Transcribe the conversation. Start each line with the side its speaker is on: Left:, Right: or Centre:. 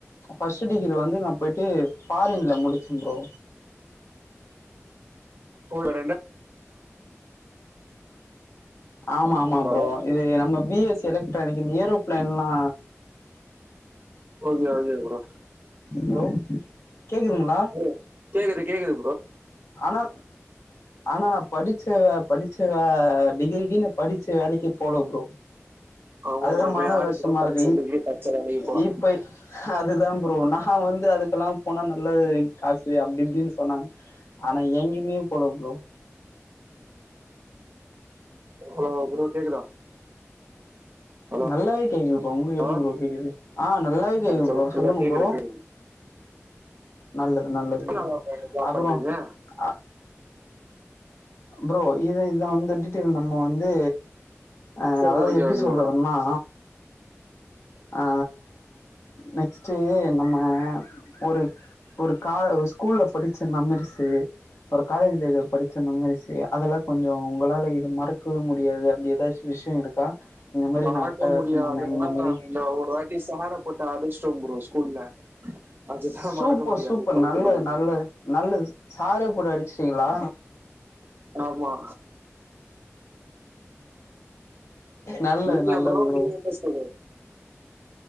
Left: பர்ஸ்ட் டிகிரி வந்து நா போயிட் டு ஃபாரின்ல முடிச்சோ ப்ரோ
Right: கோய்லர்
Left: ஆமா ஆமா
Right: ஹலோ
Left: ப்ரோ இது நம்ம பி எஸ் எலக்ட்ரானிக் இந்த ஏரோப்பிளைன்லா
Right: ஓகே ஓகே ப்ரோ
Left: ப்ரோ கேக்குதுங்களா
Right: ஓ கேக்குது கேக்குது
Left: ஆனா
Right: உ <inaudible>
Left: ஆனா நான் படிச்ச படிச்ச வே டிகிரிக்கு படிச்ச வேலைக்கு போல ப்ரோ
Right: ஆமா
Left: அதுதா
Right: ப்ரோ இப்ப
Left: மன
Right: யாரு
Left: கஷ்டமா
Right: ப்ரோ பச்ச
Left: இருக்கு இப்
Right: டிகிரி பச்ச வேலைக்கு போறா
Left: இப்ப அதுதா ப்ரோ நா வந்து அதுக்கெல்லா போனா நல்லது காசு அப்டி இப்டின்னு சொன்னாங்க ஆனா எங்கயுமே போல ப்ரோ
Right: ஹலோ ப்ரோ கேக்குதா ஹலோ
Left: நல்லாவே கேக்குது ப்ரோ ஒங்களுக்கு எப்டி
Right: ஆ
Left: ப்ரோ கேடக்குது ஆ நல்லாவே கேக்குது
Right: சொல்லு
Left: ப்ரோ சொல்லுங்க
Right: இல்ல கேக்குது
Left: ப்ரோ
Right: கேக்குது
Left: நல்லது நல்லது
Right: எத்தன
Left: ப்ரோ
Right: நாள் போய்ட்டு ஜாப்பண்றதே
Left: அப்புறோ அ ப்ரோ இ இத வந்து டீட்டல்ல நம்ம வந்து அ
Right: சரி
Left: அதாது
Right: ஓகே
Left: எப்டி
Right: ஓகே
Left: சொல்றதுன்னா
Right: ப்ரோ
Left: ஆ நெக்ஸ்ட்டு நம்ம ஒரு ஒரு கா ஸ்கூல்ல படிச்ச மேமரிசு ஒரு காலேஜ்ல இத படிச்ச மெமரிசு அதெல்லா கொஞ்சோ ஒங்களால இது மறக்கவே முடியாது ஏதாச்ச விஷயம் இருக்கா இந்த மாரி
Right: மறக்க
Left: நா அட்டகாசம்
Right: முடியாதா
Left: பண்ணே இந்த மாரி
Right: இந்த ஒருவாட்டி சஹார போட்ட அடிச்சிட்டோம் பரோ ஸ்கூல்ல அதுதான்
Left: சூப்பர்
Right: மறக்க முடியாது
Left: சூப்பர்
Right: டுவெல்த்
Left: நல்லது
Right: படிக்கிறது
Left: நல்லது நல்லது சாரெ போட்டு அடிச்சிட் ட்டீங்களா
Right: ஆமா
Left: நல்லது
Right: நீங்க
Left: நல்லது ப்ரோ
Right: நீங்க என்ன ஸ்கூல்